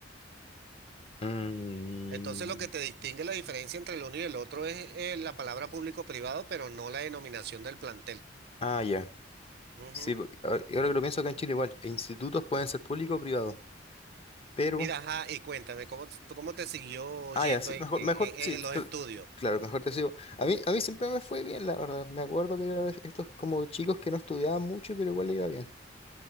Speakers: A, on the left; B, on the right.
A: Mm.
B: Entonces lo que te distingue la diferencia entre el uno y el otro es eh, la palabra público-privado, pero no la denominación del plantel.
A: Ah, ya.
B: Ujú.
A: Sí, porque ahora ahora que lo pienso acá en Chile igual, institutos pueden ser públicos o privados, pero...
B: Mira, ajá, y cuéntame, ¿cómo, t- cómo te siguió
A: Ah,
B: yendo
A: ya, sí,
B: en,
A: mejor,
B: en-
A: mejor,
B: en-
A: sí,
B: en los
A: cl-
B: estudios?
A: claro, mejor te sigo. A mí, a mí siempre me fue bien, la verdad. Me acuerdo que era estos como chicos que no estudiaban mucho, pero igual le iba bien.